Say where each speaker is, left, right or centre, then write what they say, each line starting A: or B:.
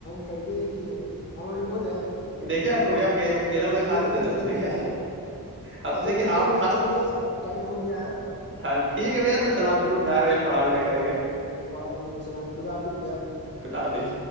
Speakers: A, on the left (about 30°); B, on the right (about 35°).
A: کہیں بھی نہیں کیے ہیں ہم ابھی بولے
B: کیا آپ کو بھی آ کہ کیلا ولا
A: نہیں
B: کھا
A: گیند
B: رہتا
A: مت کیجیے
B: تھ اب دیکھے
A: بھیا
B: آپ کو اب
A: اچھا
B: تو دیکھیے
A: ٹھیک
B: آپ
A: ہے بھیا
B: کھا
A: چلیے اب ٹائم ہو گیا ہے
B: ہاں ٹھیک ہے بھیا تب سلام لکوب جا رہے ہیں پڑھائی وڑھائی کریں گے
A: وعلیکم السلام خدا حفظ بھیا
B: خدا حافظ